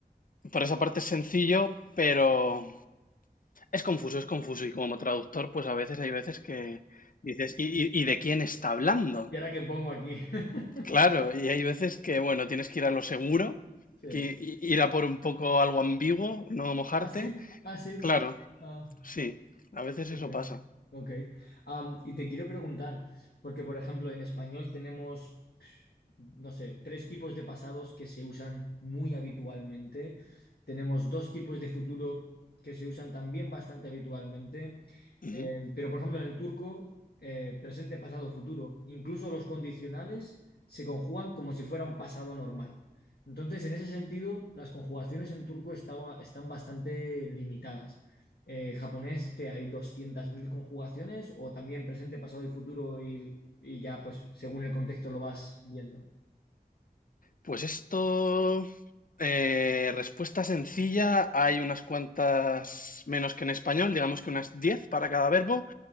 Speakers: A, on the left; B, on the left.
A: Por esa parte es sencillo, pero Es confuso, es confuso. Y como traductor, pues a veces hay veces que dices, ¿y, y- y de quién está hablando?
B: ¿Y ahora qué pongo aquí? <laughs>
A: Claro, y hay veces que, bueno, tienes que ir a lo seguro,
B: Sí.
A: que i- ir a por un poco algo ambiguo, no mojarte.
B: Ah, sí, ah, sí.
A: Claro,
B: Ah,
A: sí, a veces
B: ok,
A: eso pasa.
B: ok. Am, y te quiero preguntar, porque por ejemplo en español tenemos no sé, tres tipos de pasados que se usan muy habitualmente. Tenemos dos tipos de futuro que se usan también bastante habitualmente.
A: Ujú.
B: Eh, pero, por ejemplo, en el turco, eh, presente, pasado, futuro, incluso los condicionales se conjugan como si fuera un pasado normal. Entonces, en ese sentido, las conjugaciones en turco estaba- están bastante limitadas. Eh, japonés, que hay 200.000 conjugaciones, o también presente, pasado y futuro, y, y ya, pues, según el contexto lo vas viendo.
A: Pues esto, eh, respuesta sencilla, hay unas cuantas menos que en español, digamos que unas 10 para cada verbo.